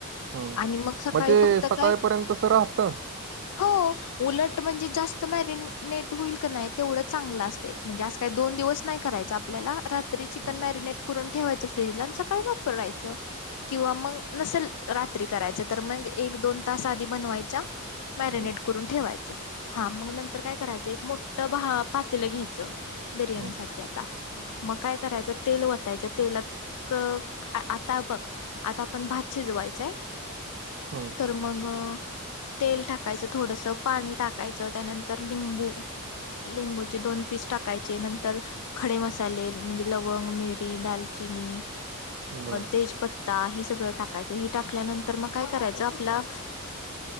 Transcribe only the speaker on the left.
आणि मग सकाळी
फक्त
काय
हो. उलट म्हणजे जास्त मॅरिनेट होईल का नाही तेवढं चांगलं असते म्हणजे आ काही दोन दिवस नाही करायच आप ल्याला रात्री चिकन
मॅरिनेट करून ठेवायचं फ्रीजला आणि सकाळी वापरवायचं. किंवा मग नसेल रात्री करायचं तर मग एक दोन तास आधी बनवायच्या. मॅरिनेट
करून ठेवायचं हा मग नंतर काय करायचं एक मोठं भा पातलं घ्यायचं. बिर्याणी
साठी आता मग काय करायचं तेल वतायचं तेलात. क आता बघ आता आपण भात शिजवायचय
तर. मग तेल टाकायचं थोडस पाणी टाकायचं त्यानंतर लिंबू. लिंबूचे दोन पीस टाकायचे नंतर. खडे मसाले म्हणजे लवंग मिरी दालचिनी
तेजपता. ता हि सगळं टाकायचं ही टाकल्यानंतर मग काय करायचं आपला.